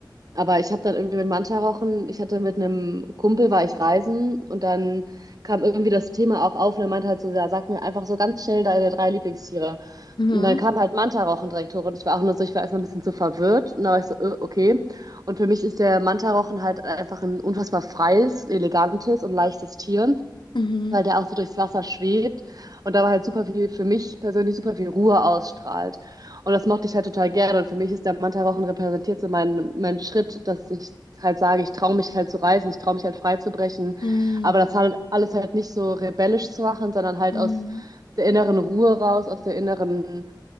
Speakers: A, on the right; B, on the left.
A: Aber ich habe dann irgendwie mit Manta rauchen, ich hatte mit einem Kumpel, war ich reisen und dann kam irgendwie das Thema auch auf und er meinte halt so, ja, sag mir einfach so ganz schnell deine drei Lieblingstiere.
B: Mhm.
A: Und dann kam halt Manta rauchen direkt hoch und ich war auch nur so, ich war erstmal ein bisschen zu verwirrt und dann war ich so, äh, okay. Und für mich ist der Manta rauchen halt einfach ein unfassbar freies, elegantes und leichtes Tier
B: Mhm.
A: weil der auch so durchs Wasser schwebt und dabei halt super viel, für mich persönlich super viel Ruhe ausstrahlt. Und das mochte ich halt total gerne. Und für mich ist der Mantarochen repräsentiert so meinen mein Schritt, dass ich halt sage, ich traue mich halt zu reisen, ich traue mich halt frei zu brechen.
B: Mhm.
A: Aber das halt alles halt nicht so rebellisch zu machen, sondern halt
B: Mhm.
A: aus der inneren Ruhe raus, aus der inneren